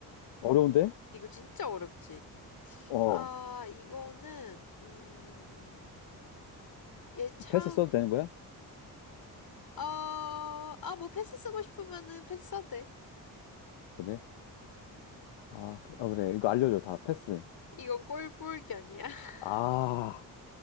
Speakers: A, on the left; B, on the left.
A: 어려운데?
B: 이거 진짜 어렵지?
A: 어,
B: 아, 이거는, 음, 얘 참,
A: 패스 써도 되는 거야?
B: 어, 아, 뭐 패스 쓰고 싶으면은 패스 써도 돼.
A: 그래? 아, 그래. 어, 그래. 이거 알려줘. 다 패스.
B: 이거 꼴보기 아니야. <laughs>
A: 아,